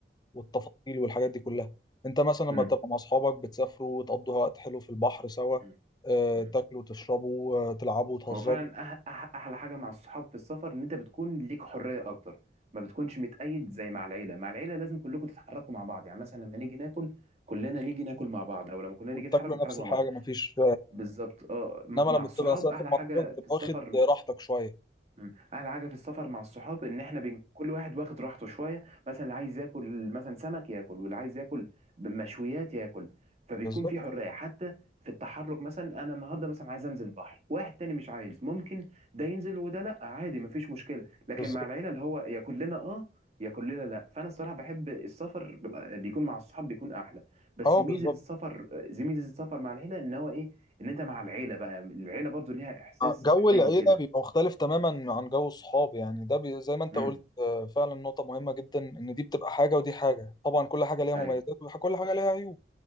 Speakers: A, on the left; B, on the right.
A: والتفاصيل والحاجات دي كلها انت مثلا لما
B: مم،
A: تبقى مع اصحابك بتسافروا وتقضوا وقت حلو في البحر سوا
B: مم،
A: آه،
B: مم.
A: تاكلوا وتشربوا آه، تلعبوا وتهزروا
B: هو فعلا أح أح احلى حاجه مع الصحاب في السفر ان انت بتكون ليك حريه اكتر ما بتكونش متقيد زي مع العيله مع العيله لازم كلكم تتحركوا مع بعض يعني مثلا لما نيجي ناكل كلنا نيجي ناكل مع بعض او لما كلنا نيجي
A: وتاكلوا
B: نتحرك نتحرك
A: نفس
B: مع
A: الحاجه
B: بعض
A: مفيش
B: بالظبط اه م-
A: انما لما
B: مع الصحاب
A: بتبقى مسافر
B: احلى
A: مع
B: حاجه
A: اصحابك بتبقى
B: في السفر
A: واخد راحتك شويه
B: مم. احلى حاجه في السفر مع الصحاب ان احنا بين كل واحد واخد راحته شويه مثلا اللي عايز ياكل مثلا سمك ياكل واللي عايز ياكل مشويات ياكل فبيكون
A: بالظبط
B: في حريه حتى في التحرك مثلا انا النهارده مثلا عايز انزل بحر واحد تاني مش عايز ممكن ده ينزل وده لا عادي مفيش مشكله لكن
A: بالظبط
B: مع العيله اللي هو يا كلنا اه يا كلنا لا فانا الصراحه بحب السفر بال- بيكون مع الصحاب بيكون احلى بس
A: اه
B: ميزه
A: بالظبط
B: السفر زي ميزه السفر مع العيله ان هو ايه ان انت مع العيله بقى العيله برضو ليها احساس
A: آه، جو العيلة
B: حلو كده
A: بيبقى مختلف تماما عن جو الصحاب يعني ده بي زي ما انت
B: امم
A: قلت آه، فعلا نقطة مهمة جدا ان دي بتبقى حاجة ودي حاجة طبعا كل حاجة ليها
B: ايوه
A: مميزات وكل حاجة ليها عيوب